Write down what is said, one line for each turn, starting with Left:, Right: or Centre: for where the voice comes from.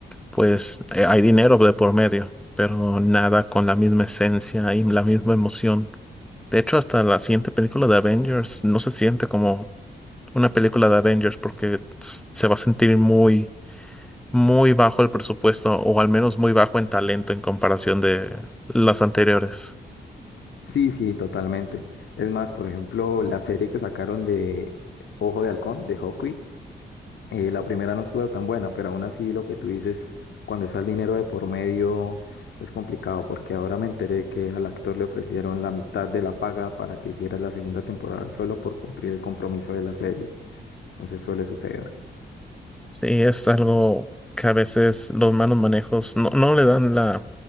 Centre: pues, eh, hay dinero de por medio, pero nada con la misma esencia y la misma emoción. De hecho, hasta la siguiente película de Avengers no se siente como una película de Avengers porque s- se va a sentir muy, muy bajo el presupuesto o al menos muy bajo en talento en comparación de las anteriores.
Left: Sí, sí, totalmente. Es más, por ejemplo, la serie que sacaron de Ojo de Halcón, de Hawkeye. Eh, la primera no estuvo tan buena, pero aún así lo que tú dices, cuando está el dinero de por medio, es complicado, porque ahora me enteré que al actor le ofrecieron la mitad de la paga para que hiciera la segunda temporada solo por cumplir el compromiso de la serie. Entonces suele suceder.
Centre: Sí, es algo que a veces los malos manejos no, no le dan la,